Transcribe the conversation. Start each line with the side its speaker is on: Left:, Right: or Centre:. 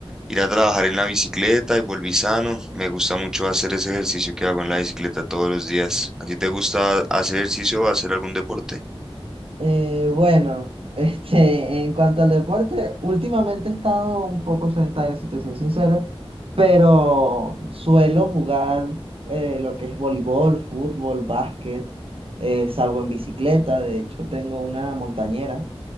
Centre: ir a trabajar en la bicicleta y volví sano. Me gusta mucho hacer ese ejercicio que hago en la bicicleta todos los días. ¿A ti te gusta hacer ejercicio o hacer algún deporte?
Right: Eh, bueno, <laughs> este, en cuanto al deporte, últimamente he estado un poco sedentario, si te soy sincero, pero suelo jugar eh, lo que es voleibol, fútbol, básquet, eh, salgo en bicicleta, de hecho tengo una montañera,